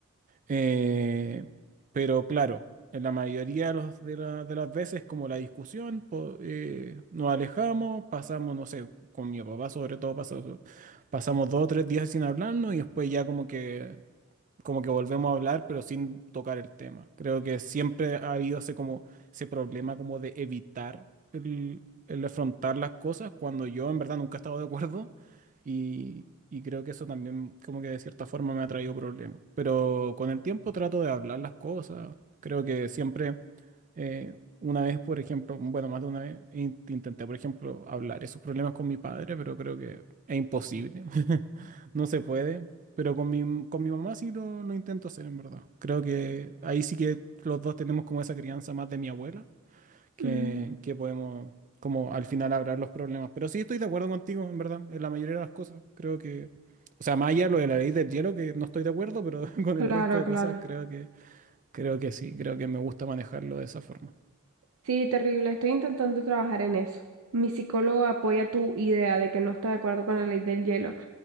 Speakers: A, on the right; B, on the right.
A: Eh, pero claro, en la mayoría de, los- de la- de las veces como la discusión, po- eh, nos alejamos, pasamos, no sé, con mi papá sobre todo, pasamos, pasamos dos o tres días sin hablarnos y después ya como que como que volvemos a hablar, pero sin tocar el tema. Creo que siempre ha habido ese, como, ese problema como de evitar el, el afrontar las cosas cuando yo en verdad nunca he estado de acuerdo y, y creo que eso también como que de cierta forma me ha traído problemas. Pero con el tiempo trato de hablar las cosas. Creo que siempre, eh, una vez, por ejemplo, bueno, más de una vez, in- intenté, por ejemplo, hablar esos problemas con mi padre, pero creo que es imposible. <laughs> No se puede. Pero con mi, con mi mamá sí lo, lo intento hacer, en verdad. Creo que ahí sí que los dos tenemos como esa crianza más de mi abuela, que,
B: mm,
A: que podemos como al final hablar los problemas. Pero sí estoy de acuerdo contigo, en verdad, en la mayoría de las cosas. Creo que, o sea, más allá de lo de la ley del hielo, que no estoy de acuerdo, pero <laughs> con el
B: Claro,
A: resto de
B: claro.
A: cosas creo que, creo que sí, creo que me gusta manejarlo de esa forma.
B: Sí, terrible. Estoy intentando trabajar en eso. Mi psicólogo apoya tu idea de que no está de acuerdo con la ley del hielo.